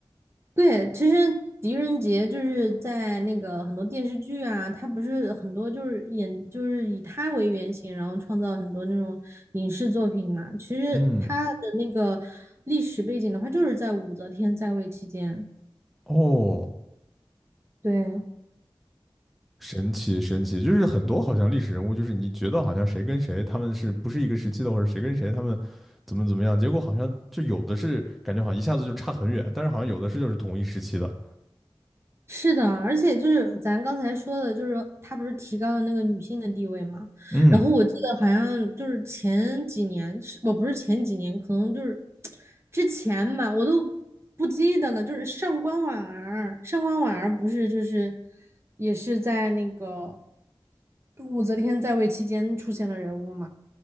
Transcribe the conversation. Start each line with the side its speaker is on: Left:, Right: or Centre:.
Right: 对，其实狄仁杰就是在那个很多电视剧啊，他不是很多就是演就是以他为原型，然后创造很多那种影视作品嘛。其实他的那个历史背景的话，
Centre: 嗯，
Right: 就是在武则天在位期间。
Centre: 哦，
Right: 对，
Centre: 神奇神奇，就是很多好像历史人物，就是你觉得好像谁跟谁他们是不是一个时期的，或者谁跟谁他们怎么怎么样，结果好像就有的是感觉好像一下子就差很远，但是好像有的是就是同一时期的。
Right: 是的，而且就是咱刚才说的，就是他不是提高了那个女性的地位嘛？
Centre: 嗯
Right: 然后我记得好像就是前几年，是我不是前几年，可能就是之前吧，我都不记得了。就是上官婉儿，上官婉儿不是就是也是在那个武则天在位期间出现的人物嘛？